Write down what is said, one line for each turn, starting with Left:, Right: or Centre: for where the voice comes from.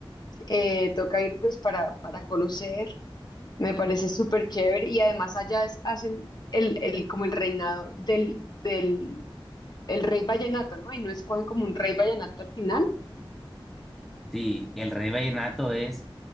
Left: Eh, toca ir pues para, para conocer, me parece súper chévere y además allá es- hacen el, el, como el reinado del, del el rey vallenato, ¿no? Y no escogen como un rey vallenato al final.
Centre: sí, el rey vallenato es